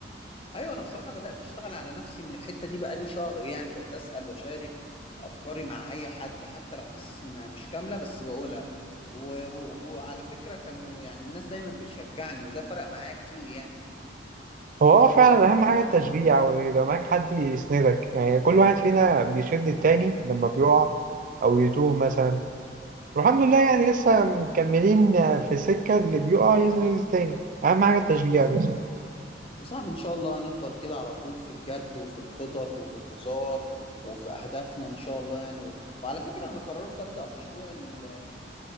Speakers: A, on the left; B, on the right.
A: ايوه انا بصراحه بدات اشتغل على نفسي من الحته دي بقالي شهر يعني بقيت اسال واشارك افكاري مع اي حد حتى لو حاسس انها مش كامله بس بقولها و... و... وعلى فكره كانوا يعني الناس دايما بتشجعني وده فرق معايا كتير يعني
B: هو اه فعلا اهم حاجة التشجيع ويبقى معاك حد يسندك يعني كل واحد فينا بيشد التاني لما بيقع او يتوه مثلا والحمد لله يعني لسه مكملين في السكة اللي بيقع يسند التاني اهم حاجة التشجيع
A: بس
B: بس
A: يا صاحبي إن شاء الله هنفضل كده على طول في الجد وفي الخطط وفي الهزار وفي أهدافنا إن شاء الله يعني و... وعلى فكرة أنا قررت أبدأ مشروع ال